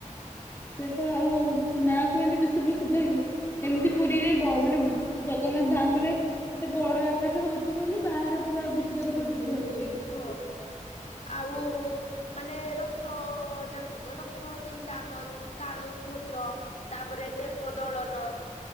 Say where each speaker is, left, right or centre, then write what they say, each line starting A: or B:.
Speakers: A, on the left; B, on the left.
A: ସେଟ ଆଉ ନାଁ କୁହନ୍ତି ବିଶ୍ଵ ପ୍ରସିଦ୍ଧ କି? ଏମିତି ପୁରୀରେ ବ ମାନେ ଜଗନ୍ନାଥ ଧାମରେ ଏତେ ବଡ ଆକାର ହଉଛି। ବୋଲି ବାହାରେ ପୁରା ବିଶ୍ଵରେ
B: <unintelligible>
A: ପ୍ରସିଦ୍ଧ ହେଇଛି ଏଇଟା।
B: ହଁ ଆଉ। ମାନେ ରଥ ଯାଙ୍କ ରଥ ତିନିଟା ଆଙ୍କ ରୁ ତାଳ ଧ୍ୱଜ ତାପରେ ଦେବ ଦଳନ।